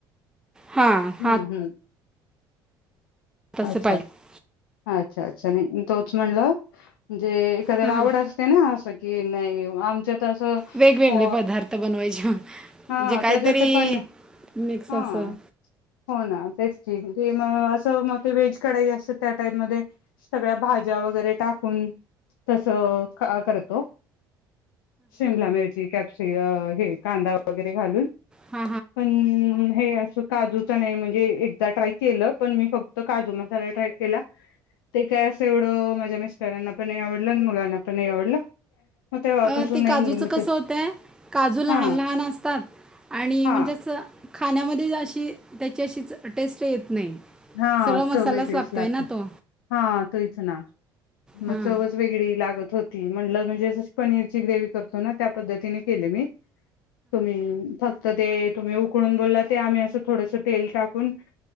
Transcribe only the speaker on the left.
हम्म हम्म
अच्छा.
अच्छा अच्छा. नई तोच म्हणलं, म्हणजे एखाद्याला
आवड अस ते ना. असं की नाही आमच्यात असं
अ
हा
त्याच्यात ते पण
हा
हो ना. तेच की म असं म ते व्हेज कढाई असत त्या टाइप मध्ये. सगळ्या भाज्या वगैरे टाकून तसं क करतो. शिमला मिरची कॅप्स हे कांदा वगैरे घालून.
पण हे अस काजूच नाही. म्हणजे एकदा ट्राय केलं पण मी फक् त काजू मसाला ट्राय केला. ते काय असं एवढं माझ्या मिस्टरांना पण नाही आवडलं. आणि मुलांना पण नाही आवडलं. मग तेव्हापासून
नाहीये
मग
ते
हा
हा
हा
चव वेगळेच
लागते.
हा तेच ना. म
चवच वेगळी लागत होती. म्हण म्हणजे पनीरची ग्रेव्ही करतो ना. त्या पद्धतीने केली मी. तुम्ही फक्त ते तुम्ही उकळून बोलला ते, आम्ही असं थोडस तेल टाकून